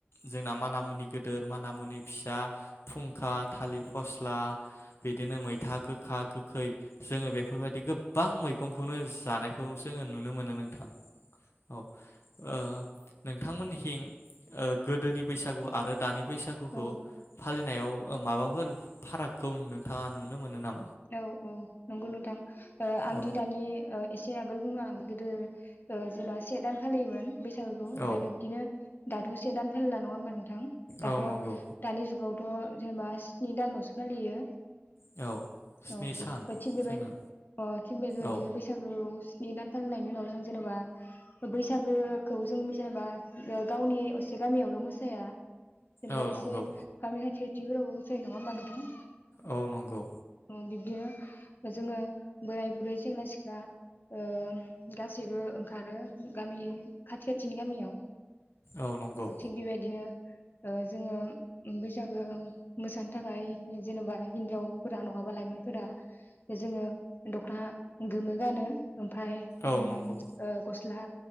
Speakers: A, on the left; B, on the left.
A: जोंना माना मुनि गिदेर माना मुनि फिसा फुंखा थालिर फस् ला बिदिनो मैथा गोखा गो खै जोङो बे फोर बायाददि गोबां मै गं खौनो जानायखौ जों नुनो मोनो नोंथां औ ओ नोंथांमोननिहिं ओ गोदोनि बैसागु आरो दानि बैसागुखौ
B: औ
A: फालि नाव माबाफोर फाराग खौ नोंथाङा नुनो मोनो नामा
B: औ औ नंगौ नोंथां ओ आंदि
A: औ
B: दानि ओ एसे आगोल बुंनो आं गोदो जेनबा से दान फालियोमोन बैसागुखौ ओमफ्राय
A: औ
B: बिब्दिनो दाथ ससे दान फेरला नङा होनबानो थां दाथ
A: औ नंगौ
B: दानि जुगावथ जेनेबा स्नि दानावसो फालियो
A: औ स्नि
B: औ
A: सान
B: थिग बेबाय
A: जोंना
B: अ थिग बेबाय
A: औ
B: बिदिनो बैसागु स्नि दान फालिनायनि उनाव जों जेनेबा बैसागोखौ जों जेनेबा गावनि असे गामियावल मोसाया जेनबा
A: औ
B: एसे
A: नंगौ
B: गामि खाथि खाथिफोरावबो जाय नङा होमबा नोंथां।
A: औ नंगौ।
B: उम बिब्दिनो जोङो बोराय बुरै सेंग्रा सिख्ला ओ गासैबो ओंखारो। गामि खाथि खाथिनि गामिआव
A: औ नंगौ
B: थिग बेबायदिनो ओ जोङो उम बैसागो उम मोसान थाखाय जेनोबा हिन्जाव फोरा न' ङाबा लाइमोनफोरा जोङो दख'ना गोमो गानो। ओमफाय
A: औ
B: उम
A: नंगौ औ नंगौ
B: उह गस्ला